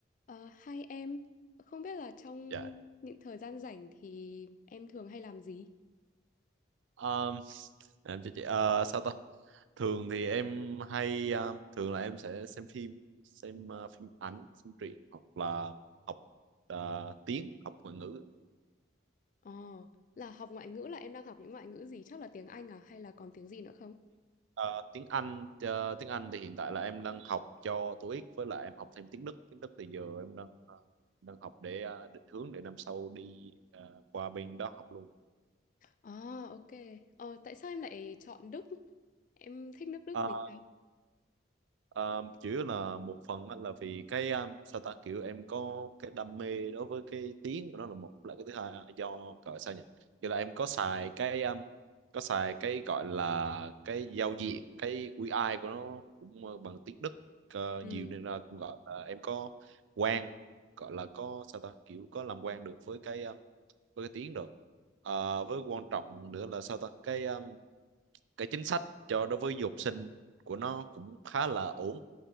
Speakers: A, on the left (about 45°); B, on the right (about 80°).
A: Ờ, hai em, không biết là trong
B: dạ
A: những thời gian rảnh thì em thường hay làm gì?
B: um, em cho chị ờ, sao ta thường thì em hay ờ, thường là em sẽ xem phim xem ờ, phim ảnh xem truyện hoặc là học ờ, tiếng học ngoại ngữ
A: Ờ, là học ngoại ngữ là em đang học những ngoại ngữ gì? Chắc là tiếng Anh à hay là còn tiếng gì nữa không?
B: Ờ, tiếng Anh ờ, tiếng Anh thì hiện tại là em đang học cho TOEIC với lại em học thêm tiếng Đức tiếng Đức thì giờ em đang ờ, đang học để ờ, định hướng để năm sau đi ờ, qua bên đó học luôn
A: À, ok. Ờ, tại sao em lại chọn Đức? Em thích nước Đức
B: Ờ,
A: vì sao?
B: Ờ, chủ yếu là một phần á, là vì cái um, sao ta kiểu em có cái đam mê đối với cái tiếng của nó là một là cái thứ hai là do gọi sao nhỉ kiểu là em có xài cái um, có xài cái gọi là cái giao diện cái UI của nó cũng ờ, bằng tiếng Đức ờ,
A: Ừ,
B: nhiều nên là cũng gọi là em có quen gọi là có sao ta kiểu có làm quen được với cái um, với cái tiếng rồi Ờ, với quan trọng nữa là sao ta cái um, cái chính sách cho đối với du học sinh của nó cũng khá là ổn